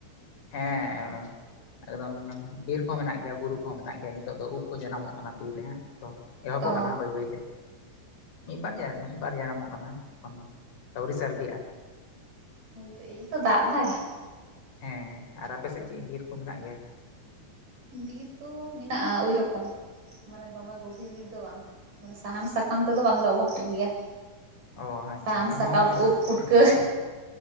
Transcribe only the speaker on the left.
ᱦᱮᱸ ᱮᱠᱫᱚᱢ ᱵᱤᱨ ᱠᱚ ᱢᱮᱱᱟᱜ ᱜᱮᱭᱟ ᱵᱩᱨᱩ ᱠᱚᱦᱚᱸ ᱢᱮᱱᱟᱜ ᱜᱮᱭᱟ ᱱᱤᱛᱚᱜ ᱫᱚ ᱩᱫ ᱠᱚ ᱡᱟᱱᱟᱢᱚᱜ ᱠᱟᱱᱟ ᱵᱤᱨ ᱨᱮᱦᱟᱸᱜ᱾ ᱛᱚ ᱮᱦᱚᱵᱚᱜ
ᱠᱟᱱᱟ ᱵᱟᱹᱭ ᱵᱟᱹᱭᱛᱮ ᱢᱤᱫ ᱵᱟᱨᱭᱟ ᱢᱤᱫ ᱵᱟᱨᱭᱟ ᱱᱟᱢᱚᱜ ᱠᱟᱱᱟ ᱠᱷᱚᱱ ᱟᱹᱣᱨᱤ ᱥᱟᱨᱫᱤᱼᱟ᱾
ᱦᱮᱸ ᱟᱨ ᱟᱯᱮ ᱥᱮᱫ ᱪᱮᱫ ᱵᱤᱨ ᱠᱚ ᱢᱮᱱᱟᱜ ᱜᱮᱭᱟ?
ᱚ ᱟᱪᱪᱷᱟ
ᱮᱱ ᱦᱚᱢ
ᱦᱮᱸ